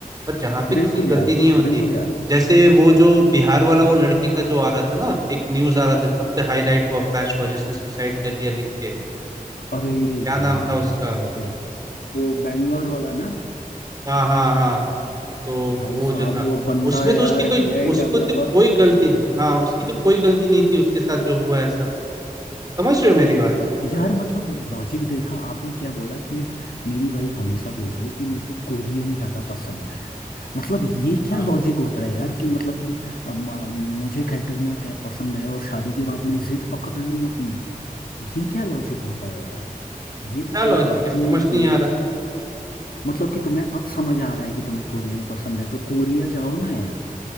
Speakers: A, on the right; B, on the left.
A: पर जहाँ पे किसी
B: बिल्कुल
A: की गलती
B: यार
A: नहीं होती
B: बिल्कुल यार
A: जैसे वो जो बिहार वाला वो लड़के का जो आ रहा था ना एक न्यूज आ रहा था सबसे हाईलाइट हुआ फ्लैश हुआ जिसने सुसाइड कर लिया लिख के
B: अरे
A: क्या नाम
B: यार
A: था उसका
B: वो तो वो बैंगलोर वाला ना
A: हाँ हाँ हाँ तो
B: भाई
A: वो
B: साहब
A: जो था
B: वो बंदा
A: उसमें
B: है
A: तो
B: यार
A: उसकी कोई
B: एआई
A: उसको
B: डेवलपर
A: तो कोई गलती नहीं हाँ उसकी तो कोई गलती नहीं थी उसके साथ जो हुआ ऐसा समझ रहे हो मेरी बात
B: यार मतलब लॉजिक देखा आपने क्या बोला कि मेरी वाइफ हमेशा बोलती है कि मेरे को कोरियन ज़्यादा पसंद है मतलब ये क्या
A: हाँ
B: लॉजिक होता है यार कि मतलब कि अ, म- मुझे कैटरीना कैफ पसंद है और शादी के बाद मैं जिद पकड़ लूँ अपनी ये क्या लॉजिक होता है यार ये तो
A: क्या
B: कोई
A: लॉजिक
B: बात
A: है समझ
B: नहीं होती
A: नहीं
B: है
A: आ रहा
B: मतलब कि तुम्हें अब समझ आ रहा है कि तुम्हें कोरियन पसंद है तो कोरिया जाओ ना यार